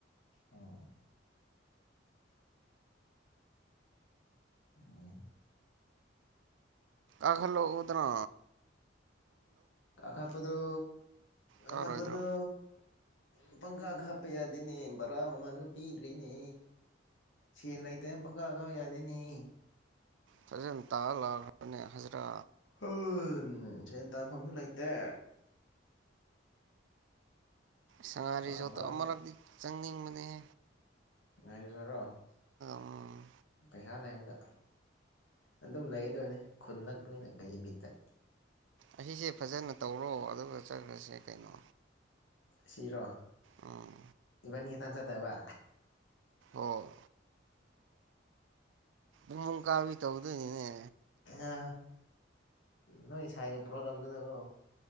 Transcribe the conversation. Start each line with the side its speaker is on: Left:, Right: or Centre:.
Left: ꯑꯣ ꯑꯗꯨꯩꯅ
Right: ꯑꯈꯂꯣ ꯑꯣꯗꯔ
Left: ꯀꯥꯥꯄꯗꯨ
Right: ꯀꯥꯔꯣꯏꯗ꯭ꯔꯣ
Left: ꯀꯥꯄꯗꯨ ꯎ ꯄꯪꯀꯥ ꯀ ꯍꯥꯞꯄ ꯌꯥꯗꯦꯅꯦ ꯕꯔꯥ ꯃꯃꯜꯁꯨ ꯄꯤꯗ꯭ꯔꯤꯅꯦ ꯁꯦꯜ ꯂꯩꯇꯅ ꯄꯪꯀꯥ ꯀꯥ ꯌꯥꯗꯦꯅꯦ
Right: ꯁꯖꯦꯟ ꯇꯥ ꯂꯥꯛꯈ꯭ꯔꯅꯦ ꯍꯖꯤꯔꯥ
Left: ꯍ ꯁꯦꯟ ꯇꯥꯟꯐꯝꯁꯨ ꯂꯩꯇꯦ
Right: ꯁꯉꯥꯏ
Left: ꯋꯥꯅ
Right: ꯔꯤꯖꯣꯔꯠꯇꯣ
Left: ꯋꯥꯕꯅꯦ
Right: ꯑꯃꯂꯛꯇꯤ ꯆꯪꯅꯤꯡꯕ ꯑ
Left: ꯉꯥꯏꯔꯤꯖꯔꯣ
Right: ꯎꯝ
Left: ꯄꯩꯁꯥ ꯂꯩꯕꯗ ꯑꯗꯨꯝ ꯂꯩꯒꯗꯣꯏꯅꯤ ꯈꯨꯟ ꯅꯛꯄꯅꯤꯅ ꯀꯩꯕꯤꯠꯇ
Right: ꯑꯩꯁꯦ ꯐꯖꯅ ꯇꯧꯔꯣ ꯑꯗꯨꯒ ꯆꯠꯈ꯭ꯔꯁꯦ ꯀꯩꯅꯣ
Left: ꯁꯤꯔꯣ
Right: ꯎꯝ
Left: ꯄꯅꯤ ꯇꯆꯥ ꯗꯕꯥ
Right: ꯑꯣꯝ ꯃ ꯀꯥꯕꯤ ꯇꯧꯗꯨꯅꯤꯅꯦ
Left: ꯑ ꯅꯣꯏ ꯏꯁꯥꯏꯒꯤ ꯄ꯭ꯔꯣꯒꯝꯗꯨꯅꯕꯣ